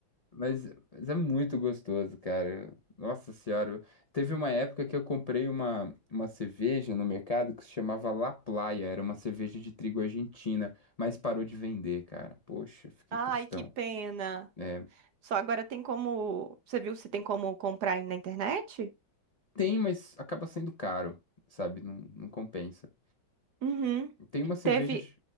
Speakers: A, on the left; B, on the right.
A: Mas, mas é muito gostoso, cara. Nossa senhora. Teve uma época que eu comprei uma, uma cerveja no mercado que se chamava La Playa. Era uma cerveja de trigo argentina, mas parou de vender, cara. Poxa, fiquei
B: Ai,
A: tristão.
B: que pena.
A: É,
B: Só agora tem como. Você viu se tem como comprar aí na internet?
A: tem, mas acaba sendo caro, sabe? Não, não compensa.
B: Uhum.
A: Tem umas cervejas,
B: Teve.